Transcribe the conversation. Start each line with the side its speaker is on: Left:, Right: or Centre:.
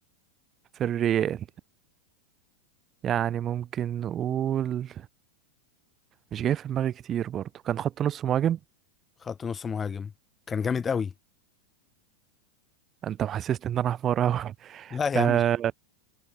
Right: في الريال يعني ممكن نقول مش جاي في دماغي كتير برضو كان خط نص مهاجم
Left: خط نص مهاجم كان جامد قوي
Right: انت محسسني ان انا حمار اوي
Left: لا
Right: <laughs>
Left: يا
Right: آه
Left: عم